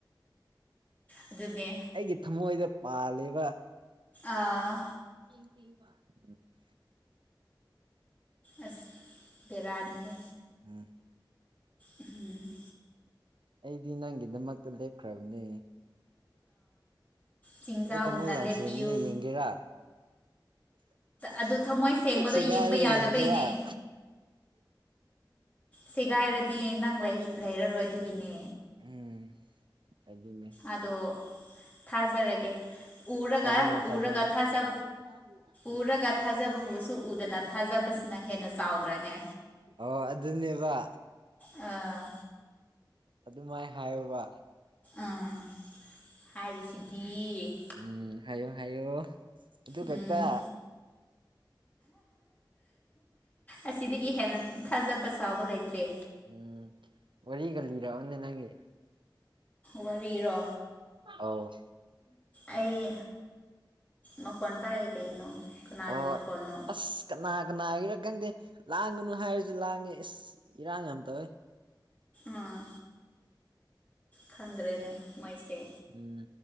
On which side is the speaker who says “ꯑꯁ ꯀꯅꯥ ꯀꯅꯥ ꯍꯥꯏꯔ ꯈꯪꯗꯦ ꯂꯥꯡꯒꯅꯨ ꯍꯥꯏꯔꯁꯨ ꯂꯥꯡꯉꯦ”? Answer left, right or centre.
Right